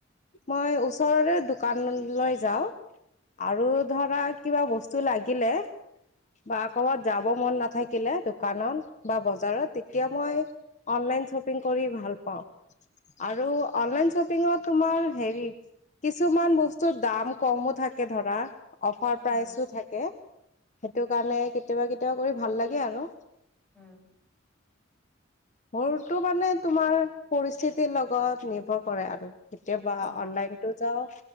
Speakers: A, on the left; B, in the centre.
A: মই ওচৰৰে দোকানলৈ যাওঁ। আৰু ধৰা কিবা বস্তু লাগিলে বা ক'বাত যাব মন নাথাকিলে দোকানত বা বজাৰত তেতিয়া মই অনলাইন শ্বপিং কৰি ভাল পাওঁ আৰু অনলাইন শ্বপিঙত তোমাৰ হেৰি কিছুমান বস্তুৰ দাম। ক'মো থাকে ধৰা। অফাৰ
B: উম
A: প্ৰাইচো থাকে। সেইটো কাৰণে কেতিয়াবা কেতিয়াবা কৰি ভাল লাগে আৰু।।
B: উম।
A: মোৰটো মানে তোমাৰ পৰিস্থিতিৰ লগত নিৰ্ভৰ কৰে আৰু। কেতিয়াবা
B: অ
A: অনলাইন টো যাও